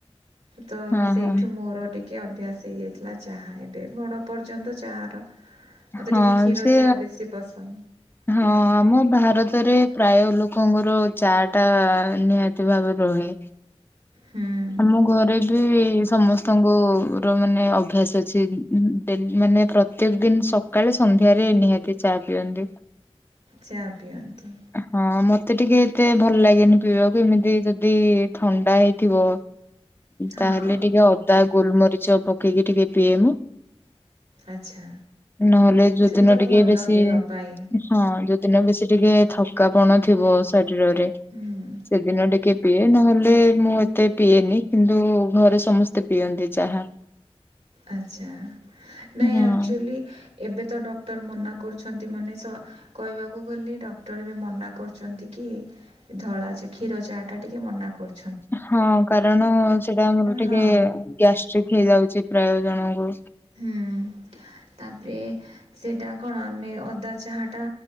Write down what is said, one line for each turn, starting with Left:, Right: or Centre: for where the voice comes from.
Right: ତ
Left: ହଁ
Right: ସେଇଠୁ
Left: ହଁ
Right: ମୋର ଟିକେ ଅଭ୍ୟାସ ହେଇଯାଇଥିଲା। ଚାହା ଏବେ ମୋଡ ପର୍ଯ୍ୟନ୍ତ ଚା ର ମତେ
Left: ହଁ
Right: ଟିକେ କ୍ଷୀର
Left: ସେ
Right: ଚାହା ବେଶୀ ପସନ୍ଦ।
Left: ହଁ ଆମ ଭାରତରେ ପ୍ରାୟ ଲୋକଙ୍କର ଚା ଟା ନିହାତି ଭାବରେ ରହେ।
Right: ହୁଁ
Left: ଆମ ଘରେ ବି ସମସ୍ତ ସ୍ତଙ୍କୁ ର ମାନେ ଅଭ୍ୟାସ ଅଛି ଡେ ମାନେ ପ୍ରତେକ ଦିନ ସ ସକାଳେ ସନ୍ଧ୍ୟାରେ ନିହାତି ଚା ପିଅନ୍ତି।
Right: ଚା ପିଅନ୍ତି।
Left: ହଁ ମତେ ଟିକେ ଏତେ ଭଲ ଲାଗେନି ପିଇବାକୁ ଏମିତି ଯଦି ଥଣ୍ଡା ହେଇଥିବ।
Right: ହଁ
Left: ତାହେଲେ ଟିକେ ଅଦା ଗୋଲମରିଚ ପକେଇକି ଟିକେ ପିଏ ମୁଁ।
Right: ଆଚ୍ଛା
Left: ନହେଲେ ଯୋଉ
Right: ସେଇଟା
Left: ଦିନ
Right: ତ
Left: ଟିକେ
Right: ଭଲ
Left: ବେଶୀ
Right: ଦେହ ପାଇଁ
Left: ହଁ ଯୋଉ ଦିନ ବେଶୀ ଟିକେ ଥକାପଣ ଥିବ ଶରୀରରେ।
Right: ହୁଁ
Left: ସେଦିନ ଟିକେ ପିଏ ନହେଲେ ମୁଁ ଏତେ ପିଏନି କିନ୍ତୁ ଘରେ ସମସ୍ତେ ପିଅନ୍ତି ଚାହା। <inaudible>
Right: ଆଚ୍ଛା ନାଇଁ
Left: ହଁ
Right: ଆକ୍ଚୁଆଲି ଏବେ ତ ଡକ୍ଟର ମନା କରୁଛନ୍ତି ମାନେ ସ କଇବାକୁ ଗଲେ ଡକ୍ଟର ଏବେ ମନା କରୁଚନ୍ତି କି ଧଳା ଚା କ୍ଷୀର ଚା ଟା ଟିକେ ମନା କରୁ
Left: ହଁ କାରଣ ସେଟା ଆମର ଟିକେ
Right: ହଁ
Left: ଗ୍ୟାସ ଷ୍ଟିକ ହେଇଯାଉଛି ପ୍ରାୟ ଜଣଙ୍କୁ।
Right: ହୁଁ ତାପରେ ସେଇଟା କଣ ଆମେ ଅଦା ଚାହାଟା